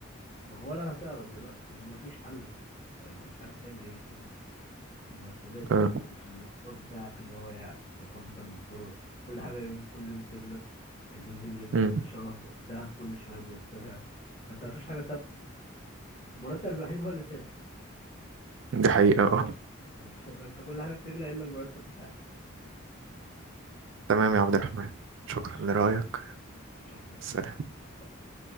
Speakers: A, on the left (about 35°); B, on the right (about 65°).
A: ما هو ولا هتعرف دلوقتي لأن مفيش حل انت انت مش عارف تعمل ايه في في المرتبات دي
B: اه
A: وفي ال- في الاقتصاد بتاعك اللي هو يعني مقارنة بالدولار كل حاجة يوم كل يوم بتغلى البنزين بيغلى
B: امم
A: كل شهر الذهب كل شوية بيرتفع فانت مفيش حاجة ثابتة المرتب الوحيد هو اللي ثابت
B: دي حقيقه اه
A: <laughs> بس فانت كل حاجة بتغلى إلا المرتب بتاعك
B: تمام يا عبد الرحمن شكرا
A: ماشي شكرا
B: لرايك
A: يا صاحبي شكرا يا
B: سلام
A: صاحبي سلام.